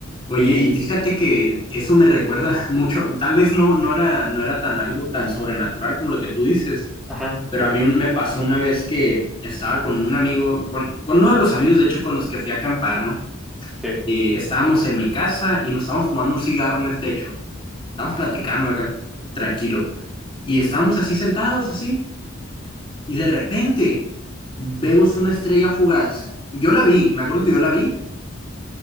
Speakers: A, on the left; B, in the centre.
A: Oye,
B: y,
A: y fíjate que eso me recuerda <laughs> mucho, tal vez no, no era, no era tan algo tan sobrenatural como lo que tú dices,
B: ajá,
A: pero a mí un- me pasó una vez que estaba con un amigo, con, con uno de los amigos, de hecho, con los que fui a acampar, ¿no?
B: Sí,
A: Eh, estábamos en mi casa y nos estábamos fumando un cigarro en el techo, estábamos platicando acá, tranquilo, y estábamos así sentados, así. y de repente vemos una estrella fugaz. Yo la vi, me acuerdo que yo la vi,